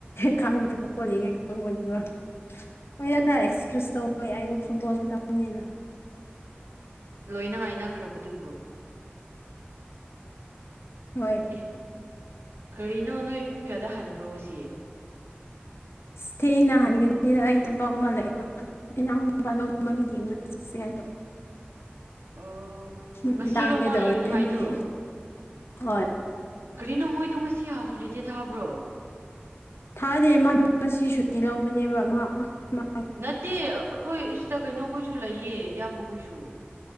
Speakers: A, on the left (about 80°); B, on the right (about 85°).
A: ꯈꯥꯡ <unintelligible> <unintelligible> ꯐꯨꯠꯕꯣꯜ ꯃꯇꯝꯅꯤꯅ
B: ꯂꯣꯏꯅ ꯉꯥꯏꯅꯈ꯭ꯔꯕꯗꯨꯕꯨ
A: ꯍꯣꯏ
B: ꯑꯦ ꯀꯔꯤꯅꯣ ꯅꯣꯏ ꯄꯨꯡ ꯀꯌꯥꯗ ꯍꯟꯕ꯭ꯔꯣ ꯉꯁꯤ
A: ꯑꯁ ꯊꯦꯡꯅ ꯍꯟꯒꯅꯤꯗ ꯑꯩ ꯊꯥꯕꯛ ꯑꯃ ꯂꯩꯕ ꯏꯅꯥꯎ ꯅꯨꯄꯥꯗꯣ ꯃꯃꯤꯠ ꯌꯦꯡꯕ ꯆꯠꯁꯦ ꯍꯥꯏꯕ
B: ꯑꯣ
A: ꯃꯤꯠ
B: ꯉꯁꯤꯔꯣ
A: ꯇꯥꯡꯒꯦ
B: ꯃꯥ
A: ꯇꯧꯔꯦ
B: ꯌꯦꯡꯅꯕꯍꯥꯏꯗꯨ
A: ꯍꯥꯏꯌꯦ ꯍꯣꯏ
B: ꯀꯔꯤꯅꯣ ꯃꯣꯏꯗꯣ ꯉꯁꯤ ꯍꯥꯞꯐ ꯍꯣꯂꯤꯗꯦ ꯊꯥꯕ꯭ꯔꯣ
A: ꯊꯥꯗꯦ ꯃꯥꯗꯣ ꯉꯁꯤ ꯁꯨꯇꯤ ꯂꯧꯕꯅꯦꯕ ꯃꯥ ꯃꯥ
B: ꯅꯠꯇꯦ ꯑꯩꯈꯣꯏ ꯁꯤꯗ ꯀꯩꯅꯣꯈꯣꯏꯁꯨ ꯂꯩꯌꯦ ꯏꯌꯥꯝꯕ ꯈꯣꯏꯁꯨ